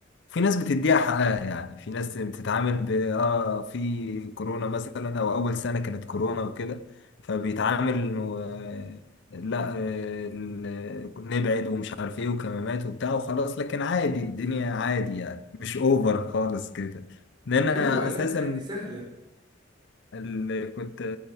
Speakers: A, on the left (about 60°); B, on the right (about 25°).
A: في ناس بتديها حقها يعني في ناس بتتعامل ب اه في كورونا مثلا او اول سنة كانت كورونا وكده فبيتعامل انه آه، لا آه، ال- نبعد ومش عارف ايه وكمامات وبتاع وخلاص لكن عادي الدنيا عادي يعني مش اوفر خالص كده ان انا
B: ايوه لا
A: اساسا
B: يعني سهله
A: اللي كنت